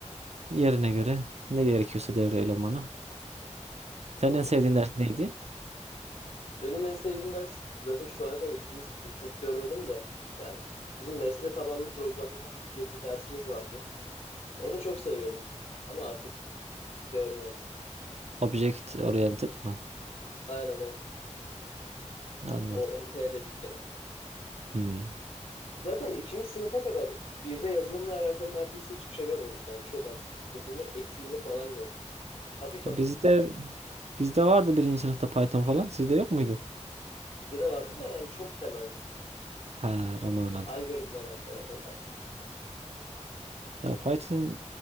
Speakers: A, on the right; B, on the left.
A: yerine göre ne gerekiyorsa devre elemanı. Senin
B: Anladım.
A: en sevdiğin ders neydi?
B: Benim en sevdiğim ders zaten şu ana kadar ikinci sınıfım. Çok görmedim de. Ya bizim nesne tabanlı programlama gibi gibi bir dersimiz vardı. Onu çok seviyordum. Ama artık görmüyorum.
A: Object oriented mı?
B: Aynen o.
A: Anladım.
B: O OP dedikleri.
A: Hmm.
B: Zaten ikinci sınıfa kadar birde yazılımla alakalı neredeyse hiçbir şey görmedik. Yani çok az. Yazılımın etiğini falan gördük. Hafif
A: Ya
B: hafif.
A: Bizde bizde vardı birinci sınıfta Python falan. Sizde yok muydu?
B: Bizde de vardı da yani çok temelde.
A: Ha, o manada.
B: Algoritmalar falan o tarz.
A: Ya Python